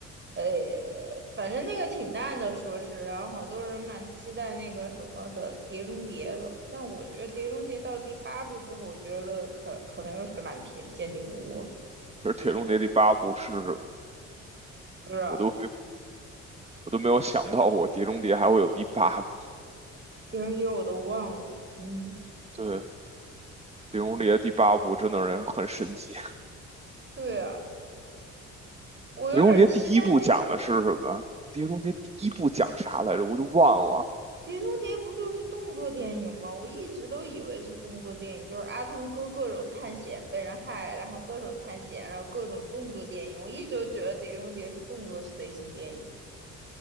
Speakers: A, on the right (about 40°); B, on the right (about 20°).
A: 呃，反正那个挺烂的，说是，然后好多人蛮期待那个什么的《碟中谍》的，但我觉得《碟中谍》到第八部之后，我觉得可可能又是个烂片，《鉴定无误
B: 是《铁中谍》第八部是什么？
A: 不知道
B: 我都没我都没有想到，我《碟中谍》还会有第八部。
A: 《碟中谍》我都忘了，嗯，
B: 对，碟中谍第八部真的是很神奇。
A: 对啊，我有点期待那个。
B: 碟中谍第一部讲的是什么？碟中谍第一部讲啥来着？我都忘了。
A: 《碟中谍》不就是动作电影吗？我一直都以为是动作电影，就是阿汤哥各种探险被人害，然后各种探险，然后各种动作电影。我一直都觉得《碟中谍》是动作类型电影。